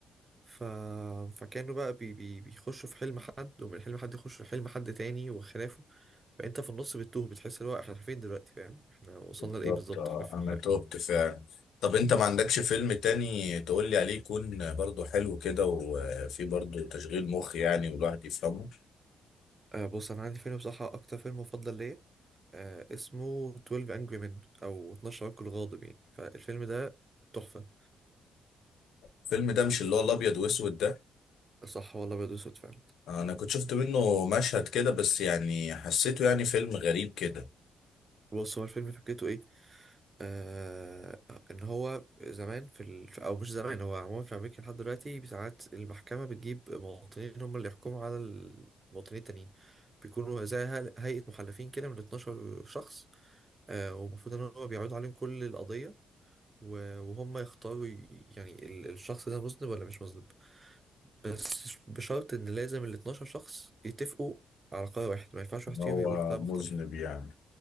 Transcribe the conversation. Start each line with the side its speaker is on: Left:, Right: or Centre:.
Right: ف... فكانوا بقى بي... بي... بيخشوا في حلم حد ومن حلم حد يخشوا في حلم حد تاني وخلافه فانت في النص بتتوه بتحس اللي هو احنا فين دلوقتي فاهم احنا وصلنا
Left: بالظبط
Right: لايه بالظبط
Left: آه،
Right: احنا, في...
Left: انا
Right: احنا...
Left: تهت فعلا طب انت ما عندكش فيلم تاني تقول لي عليه يكون برضو حلو كده وفيه برضو تشغيل مخ يعني والواحد يفهمه
Right: آه بص انا عندي فيلم بصراحه اكتر فيلم مفضل ليا آه اسمه 12 Angry Men أو 12 رجل غاضب يعني فالفيلم ده تحفة
Left: الفيلم ده مش اللي هو الابيض واسود ده
Right: صح والله بيض أسود فعلا
Left: انا كنت شفت منه مشهد كده بس يعني حسيته يعني فيلم غريب كده
Right: بص هو الفيلم فكرته إيه؟ آه إن هو زمان في ال... أو مش زمان هو عموما في أمريكا لحد دلوقتي ساعات المحكمة بتجيب مواطنين هم اللي يحكموا على المواطنين التانيين بيكونوا زي هل- هيئة محلفين كده من 12 شخص آه ومفروض إن هو بيعرضوا عليهم كل القضية و- وهم يختاروا ي- يعني ال- الشخص ده مذنب ولا مش مذنب بس ش- بشرط ان لازم ال 12 شخص يتفقوا على قرار واحد ما ينفعش واحد
Left: إن
Right: فيهم
Left: هو
Right: يقول قرار
Left: مذنب
Right: مختلف
Left: يعني